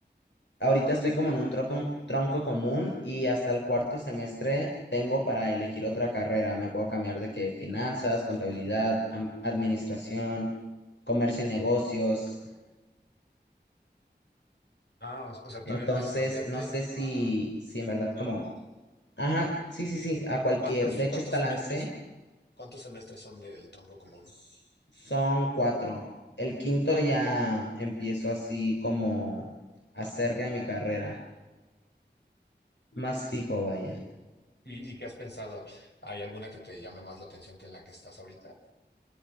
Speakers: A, on the left (about 90°); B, on the left (about 70°).
A: Ahorita estoy como en un tronco tronco común y hasta el cuarto semestre tengo para elegir otra carrera. Me puedo cambiar de que finanzas, contabilidad, am- administración, comercio y negocios.
B: Ah, o o sea, todavía
A: Entonces,
B: puedes cambiarte
A: no sé si,
B: a...
A: si en verdad como, ajá, sí, sí, sí, a cualquier.
B: ¿Cuántos,
A: De hecho,
B: cuántos
A: esta
B: semestres?
A: lancé,
B: ¿Cuántos semestres son del tronco común?
A: s- son cuatro. El quinto ya empiezo así como acerca de mi carrera, más fijo, vaya.
B: ¿Y, y qué has pensado? ¿Hay alguna que te llame más la atención que en la que estás ahorita?